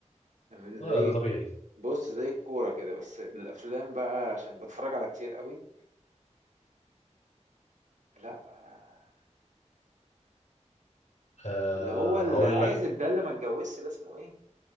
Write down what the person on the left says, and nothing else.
اه لا ده طبيعي
أه
هقول لك